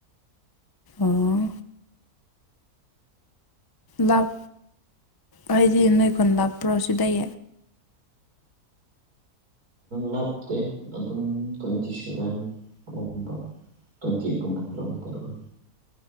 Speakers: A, on the left (about 30°); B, on the right (about 70°).
A: ꯑꫭ ꯂꯥꯞ ꯍꯥꯏꯗꯤ ꯅꯣꯏꯈꯣꯟ ꯂꯥꯞꯄ꯭ꯔꯣ ꯁꯤꯗꯩ
B: ꯂꯥꯞꯇꯦ ꯑꯗꯨꯝ ꯇꫭꯋ꯭‌ꯦꯟꯇꯤ ꯁꯚꯦꯟꯒꯨꯝꯕ ꯇ꯭ꯋꯦꯟꯇꯤ ꯒꯨꯝꯕ ꯀꯤꯂꯣꯃꯤꯇꯔ ꯑꯣꯏ